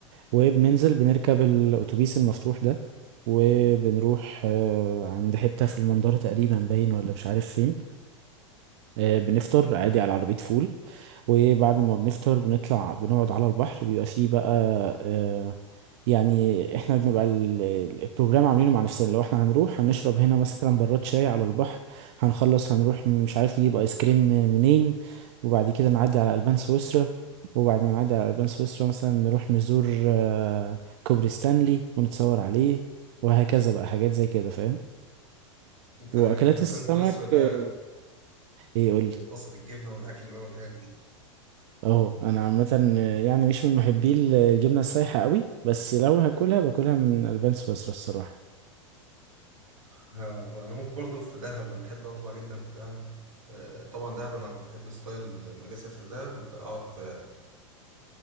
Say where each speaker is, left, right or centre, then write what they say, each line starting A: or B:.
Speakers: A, on the right (about 55°); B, on the right (about 85°).
A: وبننزل بنركب الاتوبيس المفتوح ده وبنروح آه، عند حته في المنظره تقريبا باين ولا مش عارف فين آه، بنفطر عادي على عربيه فول وبعد ما بنفطر بنطلع بنقعد على البحر بيبقى فيه بقى آه، يعني احنا بنبقى ال- ال- البروجرام عاملينه مع نفسنا لو احنا هنروح هنشرب هنا مثلا براد شاي على البحر هنخلص هنروح مش عارف نجيب ايس كريم منين وبعد كده نعدي على البان سويسرا وبعد ما نعدي على البان سويسرا مثلا نروح نزور آه، كوبري ستانلي ونتصور عليه وهكذا بقى حاجات زي كده فاهم
B: انت
A: واكلات
B: البان
A: السمك
B: سويسرا ده
A: آه، ايه قول لي
B: بتقصد الجبنه والاكل بقى والحاجات دي
A: اهو انا عامه آه، يعني مش من محبي الجبنه السايحه قوي بس لو هاكلها باكلها من البان سويسرا الصراحه
B: ها، انا ممكن برضو في دهب انا بحب اطلع جدا في دهب آه، طبعا دهب انا بحب ستايل لما اجي اسافر دهب اقعد في